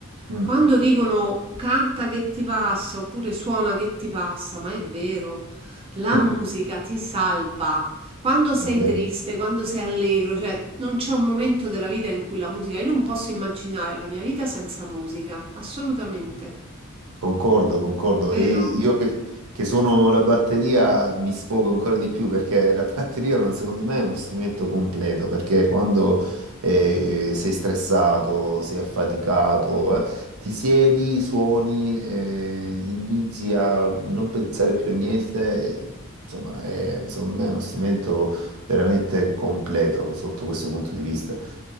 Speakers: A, on the right; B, on the right.
A: Mm.
B: quando dicono canta che ti passa oppure suona che ti passa, ma è vero, la
A: <laughs>
B: musica ti salva. Quando sei
A: È vero.
B: triste, quando sei allegro, cioè non c'è un momento della vita in cui la musica, io non posso immaginare la mia vita senza musica, assolutamente.
A: Concordo, concordo.
B: Vero?
A: E io che, che sono la batteria mi sfogo ancora di più perché la <laughs> batteria, è uno- secondo me, è uno strumento completo perché quando eh, sei stressato, sei affaticato, eh, ti siedi, suoni, eh, inizi a non pensare più a niente. Insomma, è- secondo me è uno strumento veramente completo sotto questo punto di vista.